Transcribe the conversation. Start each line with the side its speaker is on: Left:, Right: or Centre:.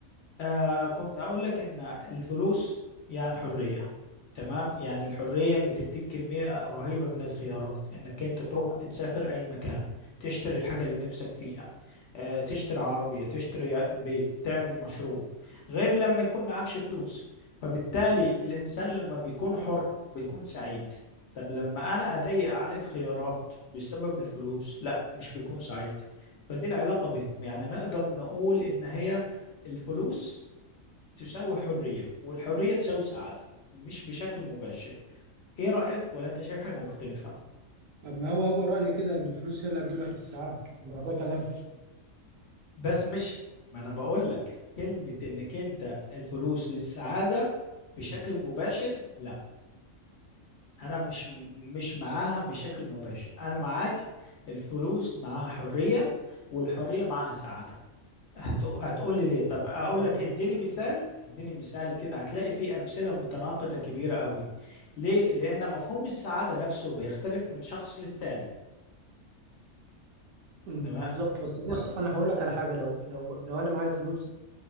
Left: آه كنت هقول لك ان الفلوس يعني حرية تمام يعني الحرية بتديك كمية رهيبة من الخيارات انك انت تروح تسافر اي مكان تشتري الحاجة اللي نفسك فيها آه تشتري عربية تشتري بيت تعمل مشروع غير لما يكون معكش فلوس فبالتالي الانسان لما بيكون حر بيكون سعيد طب لما انا اضيق عليه الخيارات بسبب الفلوس لا مش بيكون سعيد فدي العلاقة بينهم يعني نقدر نقول ان هي الفلوس تساوي حرية والحرية تساوي سعادة مش بشكل مباشر ايه رأيك ولا انت شايف حاجة مختلفة
Right: اما هو هو رايي كده ان الفلوس هي اللي هتجيب لك السعاده ما ده كلام
Left: بس مش ما انا بقول لك كلمة انك انت الفلوس للسعادة بشكل مباشر لا انا مش مش معاها بشكل مباشر انا معاك الفلوس معاها حرية والحرية معاها سعادة هتق- هتقول لي ليه طب اقول
Right: اه
Left: لك اديني مثال اديني مثال كده هتلاقي فيه امثله متناقضه كبيره قوي ليه لان مفهوم السعاده نفسه بيختلف من شخص للتاني
Right: أمم،
Left: تمام
Right: بالظبط بس بص
Left: تمام
Right: انا هقول لك على حاجه لو لو لو انا معايا فلوس